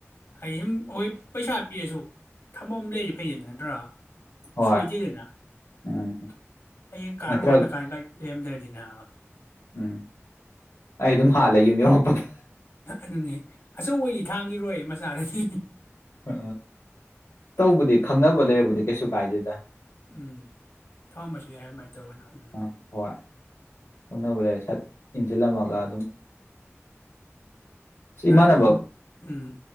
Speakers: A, on the left; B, on the left.
A: ꯍꯥꯏꯗꯤ ꯁꯨꯝ ꯃꫭꯏ ꯄꯩꯁꯥ ꯄꯤꯔꯁꯨ ꯊꯝꯃꯝ ꯂꯩꯔꯗꯤ ꯐꯩꯗꯅ ꯅꯠꯇ꯭ꯔꯥ
B: ꯍꯣꯏ
A: ꯁꯣꯏꯗꯦꯗꯅ
B: ꯎꯝ
A: ꯍꯥꯌꯦꯡ ꯀꯥꯔꯨꯔ
B: ꯅꯠꯇ꯭ꯔ
A: ꯍꯜꯂꯛ ꯀꯥꯟ ꯒꯥꯔꯤ ꯂꯩꯔꯝꯗ꯭ꯔꯗꯤ ꯅꯥꯕꯥ
B: ꯎꯝ ꯑꯩ ꯑꯗꯨꯝ ꯍꯥꯠꯂꯦ ꯌꯨꯝ ꯌꯧꯔꯛꯄꯗ
A: ꯑꯗꯨꯅꯦ ꯑꯆꯧꯕꯗꯤ ꯊꯥꯡꯒꯤꯔꯣꯏ ꯃꯆꯥꯗꯗꯤ
B: ꯑ! ꯇꯧꯕꯗꯤ
A: ꯑꯗꯨꯅꯤ
B: ꯈꯪꯅꯕ ꯂꯩꯔꯕꯨꯗꯤ ꯀꯩꯁꯨ ꯀꯥꯏꯗꯦꯗ
A: ꯎꯝ ꯊꯝꯃꯝ ꯃꯥꯁꯨ ꯌꯥꯏ ꯍꯥꯏ ꯑꯗꯨꯃꯥꯏ ꯇꯧꯔꯒꯥꯅ ꯎꯝ
B: ꯑꯥ ꯍꯣꯏ ꯈꯪꯅꯕ ꯂꯩꯔ ꯁꯠ ꯏꯟꯖꯜꯂꯝꯃꯒ ꯑꯗꯨꯝ ꯁꯤ
A: ꯅ
B: ꯏꯃꯥꯟꯅꯕ
A: ꯑꯈꫭꯏ ꯁꫭꯝ ꯎꯝ